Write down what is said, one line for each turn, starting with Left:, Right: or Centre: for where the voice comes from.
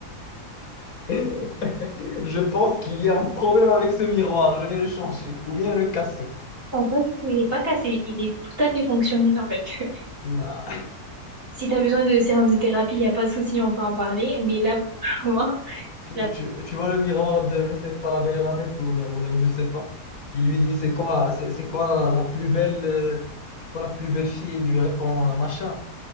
Left: <laughs> Je pense qu'il y a un problème avec ce miroir. Je vais le changer ou bien le casser.
Right: Non, pas du tout. Il est pas cassé. Il est tout à fait fonctionnel, en fait. <laughs>
Left: Voilà.
Right: Si t'as besoin de séances de thérapie, il n'y a pas de souci, on peut en parler. Mais là, <laughs> pour moi,
Left: Tu,
Right: il a...
Left: tu- tu vois le miroir de, je sais pas, la Belle et la Bête ou, là, ou, là, ou je sais pas. Il lui dit, c'est quoi, c'est c'est quoi la, la plus belle, euh, c'est quoi la plus belle fille? Il lui répond, euh, machin.